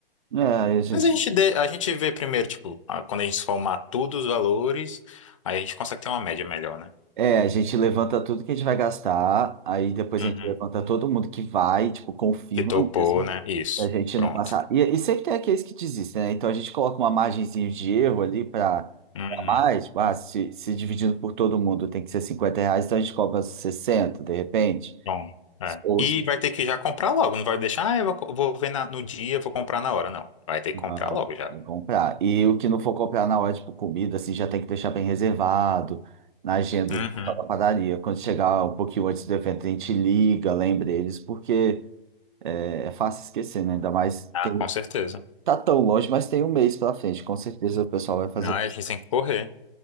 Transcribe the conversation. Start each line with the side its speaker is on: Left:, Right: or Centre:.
Right: É, aí a gente,
Left: Mas a gente, dê- a gente vê primeiro, tipo, a- quando a gente somar todos os valores, aí a gente consegue ter uma média melhor, né?
Right: é, a gente levanta tudo que a gente vai gastar, aí depois
Left: Uhum.
Right: a gente levanta todo mundo que vai, tipo, confirma
Left: Que topou,
Right: mesmo,
Left: né? Isso.
Right: pra gente
Left: Pronto.
Right: não passar. E, e sempre tem aqueles que desistem, né? Então a gente coloca uma margenzinha de erro ali pra,
Left: Uhum.
Right: pra mais, tipo, ah, se, se dividindo por todo mundo tem que ser 50 reais, então a gente cobra 60 de repente.
Left: Bom, é.
Right: Ou
Left: E
Right: se
Left: vai ter que já comprar logo. Não vai deixar, ah, eu vou, co- vou ver na- no dia, vou comprar na hora. Não. Vai ter que
Right: não,
Left: comprar logo já.
Right: não comprar. E o que não for comprar na hora, tipo, comida, assim, já tem que deixar bem reservado na agenda
Left: Uhum.
Right: só da padaria. Quando chegar um pouquinho antes do evento, a gente liga, lembra eles, porque é fácil esquecer, né? Ainda mais
Left: Ah,
Right: tem,
Left: com certeza.
Right: tá tão longe, mas tem um mês pra frente. Com certeza o pessoal vai fazer.
Left: Não, a gente tem que correr.